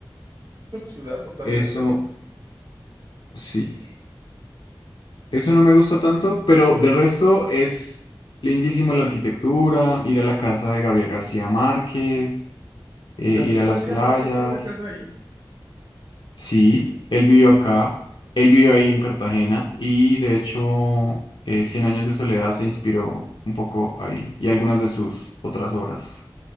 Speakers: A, on the right; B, on the left.
A: la ciudad totalmente,
B: Eso
A: ¿no?
B: sí. Eso no me gusta tanto, pero de resto es lindísimo la arquitectura, ir a la casa de Gabriel García Márquez, eh,
A: Gabriel
B: ir a las
A: García
B: playas.
A: Márquez tiene una casa ahí.
B: Sí, él vivió acá, él vivió ahí en Cartagena y de hecho eh, Cien años de soledad se inspiró un poco ahí y algunas de sus otras obras.